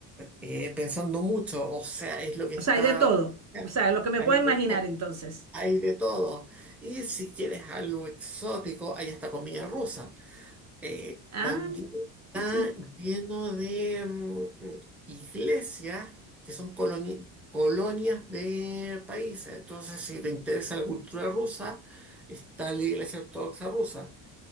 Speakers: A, in the centre; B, on the right.
A: eh, pensando mucho, o sea, es lo que
B: O
A: está
B: sea, hay de todo.
A: acá.
B: O sea, lo que me
A: Hay
B: puedo imaginar
A: de todo,
B: entonces.
A: hay de todo. Y si quieres algo exótico, hay hasta comida rusa. Eh,
B: Ah,
A: también está
B: sí.
A: lleno de mm, iglesias que son coloni- colonias de países. Entonces, si te interesa la cultura rusa, está la iglesia ortodoxa rusa,